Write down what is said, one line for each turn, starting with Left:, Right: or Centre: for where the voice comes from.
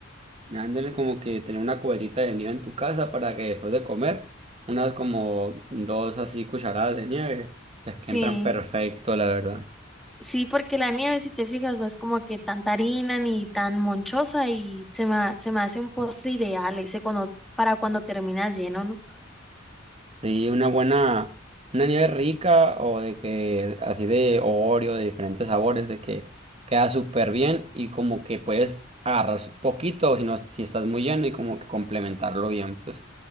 Right: dándole como que tener una cubetita de nieve en tu casa para que después de comer unas como dos así cucharadas de nieve, es que
Centre: Sí,
Right: entran perfecto, la verdad.
Centre: sí, porque la nieve, si te fijas, no es como que tan harina ni tan monchosa y se me, ha- se me hace un postre ideal ese cuando, para cuando terminas lleno, ¿no?
Right: Sí, una buena, una nieve rica o de que así de Oreo, de diferentes sabores, de que queda súper bien y como que puedes agarrar poquito si no, si estás muy lleno y como que complementarlo bien, pues.